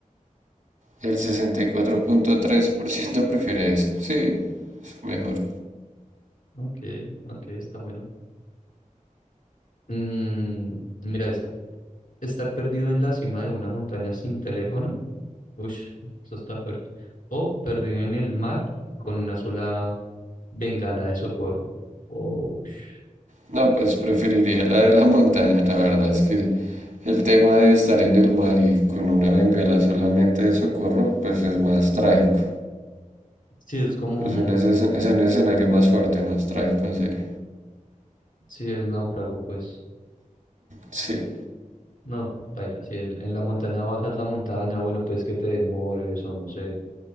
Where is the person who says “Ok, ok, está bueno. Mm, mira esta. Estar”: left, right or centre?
Left